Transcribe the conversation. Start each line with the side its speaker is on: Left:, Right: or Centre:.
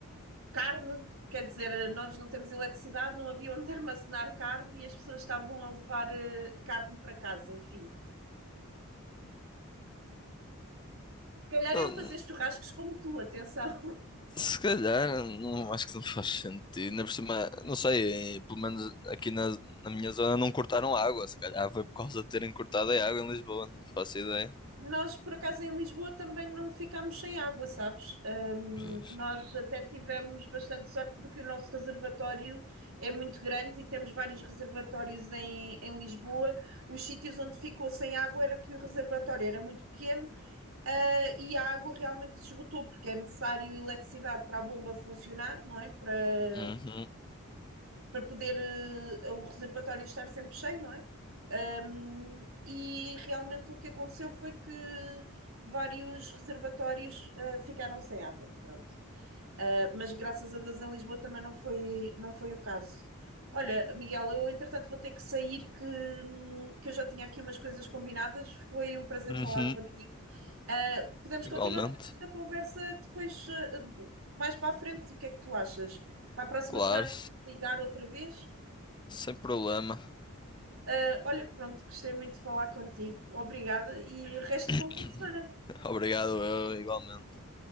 Right: carne. Quer dizer, nós não temos eletricidade, não havia onde <laughs> armazenar carne e as pessoas estavam a levar eh, carne para casa, enfim. Se calhar
Left: <laughs>
Right: iam fazer churrascos como tu, atenção.
Left: Se calhar, não, acho que não faz sentido. Ainda por cima, não sei, pelo menos aqui na, na minha zona não cortaram água. Se calhar foi por causa de terem cortado a água em Lisboa, não faço ideia.
Right: Nós, por acaso, em Lisboa também não ficámos sem água, sabes? Hum,
Left: Pois.
Right: nós até tivemos bastante sorte porque o nosso reservatório é muito grande e temos vários reservatórios em, em Lisboa. Os sítios onde ficou sem água era que o reservatório era muito pequeno, ah, e a água realmente se esgotou, porque é necessário eletricidade para a bomba funcionar, não é? Para,
Left: Uhum.
Right: para poder eh, o reservatório estar sempre cheio, não é? Um, e realmente o que aconteceu foi que vários reservatórios eh, ficaram sem água. Pronto. Uh, mas graças a Deus em Lisboa também não foi, não foi o caso. Olha, Miguel, eu entretanto vou ter que sair, que, hum, que eu já tinha aqui umas coisas combinadas. Foi um prazer
Left: Uhum.
Right: falar contigo. Uh, podemos continuar
Left: Igualmente.
Right: depois esta conversa depois, uh, mais para a frente. O que é que tu achas? Para a próxima
Left: Claro,
Right: semana posso ligar outra vez?
Left: sem problema.
Right: Uh, olha, pronto, gostei muito de falar contigo. Obrigada e resto
Left: <coughs>
Right: de bom fim de semana.
Left: <clears throat> Obrigado, eu, igualmente.